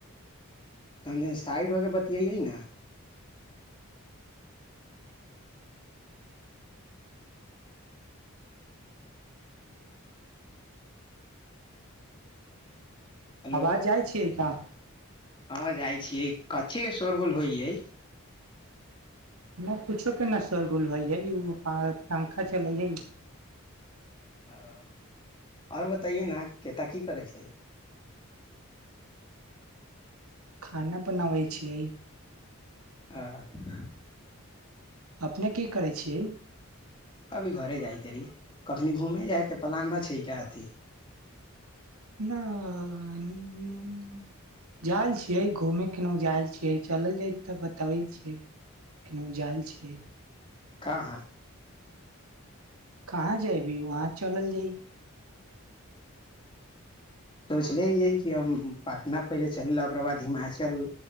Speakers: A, on the left (about 20°); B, on the right (about 85°).
A: समझ साठि होके बतियैै ने हेलो
B: आबाज जाइ छियैा
A: ह जाइ छीियै कचछी के शोर गुल होइ यै
B: नहि किछोक के न शोरगुल होइ हइ ओ प पंखा चलै हइ
A: ओ आओर बताइए ने केता की करै छै
B: खाना बनाबै छियै
A: ह
B: अपने की करै छियै
A: अभी घरे जायइते रही कखनी घूमे जायके प्लान न छै क अथी
B: न जाल छै कि घूमै केनहु जाइत छी कि चलल जाइत तऽ बतबै छियै केन जायल छियै
A: कह
B: कहाँ जायभी वहाँ चलल जाइ ह
A: सोचलेियै कि हम पटना पहिले चललै ओककर बाद हिमाचल